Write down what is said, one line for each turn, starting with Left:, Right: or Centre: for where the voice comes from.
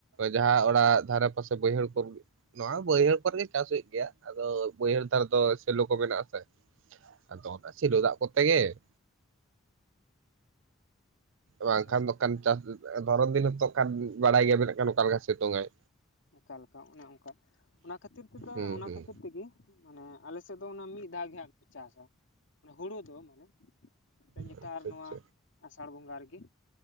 Right: ᱡᱟᱦᱟᱸ ᱚᱲᱟᱜ ᱫᱷᱟᱨᱮ ᱯᱟᱥᱮ ᱵᱟᱹᱭᱦᱟᱹᱲ ᱠᱚ, ᱱᱚᱣᱟ ᱵᱟᱹᱭᱦᱟᱹᱲ ᱠᱚᱨᱮ ᱜᱮ ᱪᱟᱥ ᱦᱩᱭᱩᱜ ᱜᱮᱭᱟ ᱟᱫᱚ ᱵᱟᱹᱭᱦᱟᱹᱲ ᱫᱷᱟᱨ ᱫᱚ ᱥᱮᱞᱳ ᱠᱚ ᱢᱮᱱᱟᱜ-ᱟ ᱥᱮ ‍᱾ ᱟᱫᱚ
Left: ᱟᱪᱪᱷᱟ
Right: ᱚᱱᱟ
Left: ᱟᱪᱪᱷᱟ
Right: ᱥᱮᱞᱚ ᱫᱟᱜ ᱠᱚᱨᱛᱮ ᱜᱮ ᱾ ᱵᱟᱝ
Left: ᱟᱪᱪᱷᱟ ᱟᱪᱪᱷᱟ
Right: ᱠᱷᱟᱱ ᱫᱚ ᱠᱟᱱ ᱪᱟᱥ ᱫᱷᱚᱨᱚ ᱫᱤᱱ ᱦᱚᱛᱚ ᱵᱟᱲᱟᱭ ᱜᱮᱭᱟ ᱵᱮᱱ ᱦᱟᱜ ᱚᱠᱟ ᱞᱮᱠᱟ ᱥᱤᱛᱩᱝ ᱟᱭ᱾
Left: ᱚᱠᱟ ᱞᱮᱠᱟ ᱚᱱᱮ ᱚᱱᱠᱟ ᱚᱱᱟ ᱠᱷᱟᱹᱛᱤᱨ ᱛᱮᱫᱚ
Right: ᱦᱩᱸ
Left: ᱚᱱᱟ
Right: ᱦᱩᱸ
Left: ᱠᱷᱟᱹᱛᱤᱨ ᱛᱮᱜᱮ ᱾ ᱢᱟᱱᱮ ᱟᱞᱮ ᱥᱮᱫ ᱫᱚ ᱚᱱᱟ ᱢᱤᱫ ᱫᱷᱟᱣ ᱜᱮ ᱦᱟᱜ ᱠᱚ ᱪᱟᱥᱟ ᱦᱩᱲᱩ ᱫᱚ ᱢᱟᱱᱮ ᱮᱱᱛᱮᱫ ᱱᱮᱛᱟᱨ
Right: ᱟᱪᱪᱷᱟ
Left: ᱱᱚᱣᱟ
Right: ᱟᱪᱪᱷᱟ
Left: ᱟᱥᱟᱲ ᱵᱚᱸᱜᱟ ᱨᱮᱜᱤ,